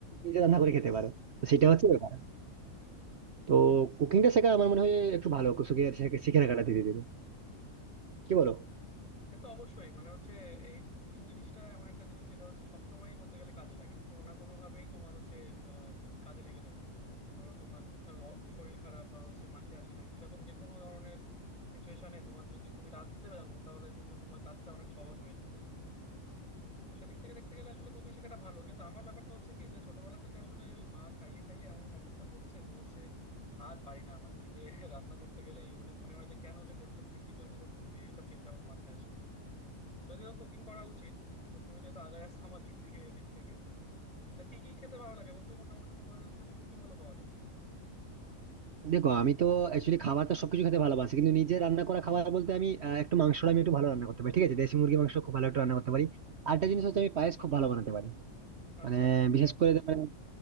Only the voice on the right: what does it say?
নিজে রান্না
করে খেতে পারো তো সেটা হচ্ছে ব্যাপার। তো কুকিংটা শেখা আমার মনে হয় একটু ভালো শিখে শিখে রাখাটা ধীরে ধীরে কি বলো
দেখো আমি তো অ্যাকচুয়ালি খাবার তো সবকিছু খেতে ভালোবাসি কিন্তু নিজে রান্না করা খাবার বলতে আমি আহ, একটু মাংসটা আমি একটু ভালো রান্না করতে পারি ঠিক আছে দেশি মুরগি মাংস খুব ভালো একটু রান্না করতে পারি আর একটা জিনিস হচ্ছে আমি পায়েস খুব ভালো বানাতে পারি
মানে বিশেষ করে যে মানে